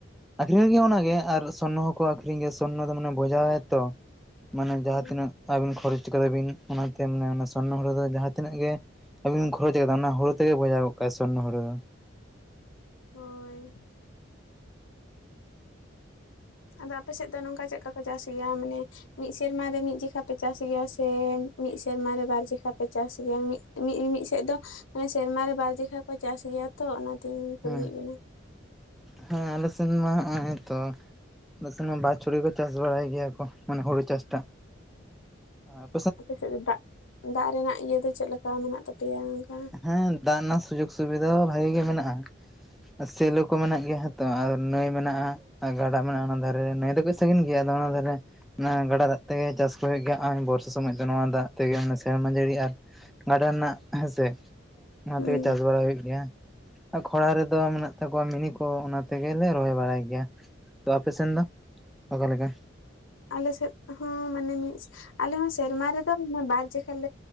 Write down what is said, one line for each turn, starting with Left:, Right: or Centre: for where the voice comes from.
Centre: ᱟᱠᱷᱨᱤᱧ ᱞᱟᱹᱜᱤᱜ ᱦᱚᱸ ᱚᱱᱟᱜᱮ ᱟᱨ ᱥᱚᱨᱱᱚ ᱦᱚᱸ ᱠᱚ ᱟᱹᱠᱷᱨᱤᱧ ᱜᱮᱭᱟ ᱥᱚᱨᱱᱚ ᱫᱚ ᱢᱟᱱᱮ <unintelligible> ᱛᱚ᱾ ᱢᱟᱱᱮ
Left: ᱦᱮᱸ
Centre: ᱡᱟᱦᱟᱸ ᱛᱤᱱᱟᱹᱜ ᱟᱵᱤᱱ ᱠᱷᱚᱨᱚᱪ ᱠᱟᱫᱟ ᱵᱤᱱ ᱚᱱᱟᱛᱮ ᱢᱟᱱᱮ ᱚᱱᱟ ᱥᱚᱨᱱᱚ ᱦᱩᱲᱩ ᱫᱚ ᱡᱟᱦᱟᱸ ᱛᱤᱱᱟᱹᱜ ᱜᱮ ᱟᱵᱤᱱ ᱠᱷᱚᱨᱚᱪ ᱟᱠᱟᱫᱟ ᱚᱱᱟ ᱦᱩᱲᱩ ᱛᱮ ᱜᱮ ᱵᱚᱡᱷᱟᱣ ᱜᱚᱜ ᱠᱟᱜ-ᱟᱭ ᱥᱚᱨᱱᱚᱩ ᱦᱩᱲᱩ ᱫᱚ᱾
Left: ᱦᱳᱭ᱾ ᱟᱫᱚ ᱟᱯᱮ ᱥᱮᱫ ᱫᱚ ᱱᱚᱝᱠᱟ ᱪᱮᱫᱠᱟ ᱠᱚ ᱪᱟᱥ ᱜᱮᱭᱟ ᱢᱟᱱᱮ ᱢᱤᱫ ᱥᱮᱨᱢᱟ ᱨᱮ ᱢᱤᱫ ᱡᱚᱠᱷᱟ ᱯᱮ ᱪᱟᱥ ᱜᱮᱭᱟ ᱥᱮ ᱢᱤᱫ ᱥᱮᱨᱢᱟ ᱨᱮ ᱵᱟᱨ ᱡᱚᱠᱷᱟ ᱯᱮ ᱪᱟᱥ ᱜᱮᱭᱟ? ᱢᱤᱫ ᱢᱤᱜ ᱢᱤᱜ ᱥᱮᱫ ᱫᱚ ᱢᱟᱱᱮ ᱥᱮᱨᱢᱟ ᱨᱮ ᱵᱟᱨ ᱡᱚᱜᱷᱟ ᱠᱚ ᱪᱟᱥ ᱜᱮᱭᱟ ᱛᱚ ᱚᱱᱟᱛᱤᱧ ᱠᱩᱞᱤᱭᱮᱫ
Centre: ᱦᱮᱸ
Left: ᱵᱤᱱᱟ ᱾
Centre: ᱦᱮᱸ ᱟᱞᱮ ᱥᱮᱱ ᱢᱟ ᱦᱚᱸᱜ-ᱚᱭ ᱛᱚ <unintelligible> ᱵᱟ ᱪᱷᱩᱲᱩᱭ ᱠᱚ ᱪᱟᱥ ᱵᱟᱲᱟᱭ ᱜᱮᱭᱟ ᱠᱚ ᱢᱟᱱᱮ ᱦᱩᱲᱩ ᱪᱟᱥ ᱴᱟᱜ᱾ ᱟᱨ
Left: ᱟᱯᱮ ᱥᱮᱫ ᱫᱚ ᱫᱟᱜ, ᱫᱟᱜ ᱨᱮᱱᱟᱜ ᱤᱭᱟᱹ ᱫᱚ ᱪᱮᱫ ᱞᱮᱠᱟ ᱢᱮᱱᱟᱜ ᱛᱟᱯᱮᱭᱟ ᱚᱝᱠᱟ?
Centre: ᱦᱮᱸ ᱫᱟᱜ ᱨᱮᱱᱟᱜ ᱥᱩᱡᱳᱜᱽ ᱥᱩᱵᱤᱫᱷᱟ ᱵᱷᱟᱜᱤ ᱜᱮ ᱢᱮᱱᱟᱜ-ᱟ ᱾ ᱟᱨ ᱥᱮᱞᱚ ᱠᱚ ᱢᱮᱱᱟᱜ ᱜᱮᱭᱟ ᱦᱚᱸ ᱛᱚ ᱟᱨ ᱱᱟᱹᱭ ᱢᱮᱱᱟᱜ-ᱟ ᱾ ᱟᱨ ᱜᱟᱰᱟ ᱢᱮᱱᱟᱜ-ᱟ ᱚᱱᱟ ᱫᱷᱟᱨᱮ ᱱᱟᱹᱭ ᱫᱚ ᱠᱟᱹᱡ ᱥᱟᱺᱜᱤᱧ ᱜᱮᱭᱟ ᱟᱫᱚ ᱚᱱᱟ ᱫᱷᱟᱨᱮ ᱚᱱᱟ ᱜᱟᱰᱟ ᱫᱟᱜ ᱛᱮᱜᱮ ᱪᱟᱥ ᱠᱚ ᱦᱩᱭᱩᱜ ᱜᱮᱭᱟ, ᱦᱚᱸᱜ-ᱚᱭ ᱵᱚᱨᱥᱟ ᱥᱚᱢᱚᱡ ᱫᱚ ᱱᱚᱣᱟ ᱫᱟᱜ ᱛᱮᱜᱮ ᱚᱱᱟ ᱥᱮᱨᱢᱟ ᱡᱟᱹᱲᱤ ᱟᱨ ᱜᱟᱰᱟ ᱨᱮᱱᱟᱜ ᱦᱮᱸ ᱥᱮ, ᱚᱱᱟ
Left: ᱦᱩᱸ
Centre: ᱛᱮᱜᱮ ᱪᱟᱥ ᱵᱟᱲᱟ ᱦᱩᱭᱩᱜ ᱜᱮᱭᱟ ᱾ ᱟᱨ ᱠᱷᱚᱨᱟ ᱨᱮᱫᱚ ᱢᱮᱱᱟᱜ ᱛᱟᱠᱚᱣᱟ ᱢᱤᱱᱤ ᱠᱚ ᱚᱱᱟ ᱛᱮᱜᱮᱞᱮ ᱨᱚᱦᱚᱭ ᱵᱟᱲᱟᱭ ᱜᱮᱭᱟ ᱾ ᱛᱚ ᱟᱯᱮ ᱥᱮᱱ ᱫᱚ ᱚᱠᱟᱞᱮᱠᱟ?
Left: ᱟᱞᱮ ᱥᱮᱫ ᱦᱚᱸ ᱢᱟᱱᱮ ᱢᱤᱫ ᱟᱞᱮ ᱦᱚᱸ ᱥᱮᱨᱢᱟ ᱨᱮᱫᱚ ᱵᱟᱨ ᱡᱮ ᱮᱸ